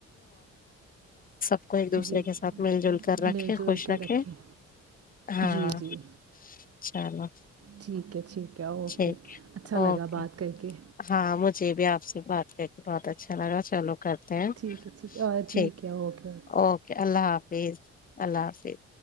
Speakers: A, on the left; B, on the right.
A: <unintelligible> آ کو ایک دوسرے
B: جی
A: کے ساتھ مل جل کر رکھے
B: مل جل
A: خوش
B: کے
A: رکھے
B: رکھیں
A: ہاں
B: جی جی
A: چلو
B: ٹھیک ہے ٹھیک ہے اوکے
A: ٹھیک
B: اچھا لگا
A: اوکے
B: بات کر کے
A: ہاں مجھے بھی آپ سے بات کر کے بہت اچھا لگا چلو کرتے ہیں
B: ٹھیک ہے ٹھیک ہے اور
A: ٹھیک
B: ہے اوکے
A: اوکے اللہ حافظ اللہ حافظ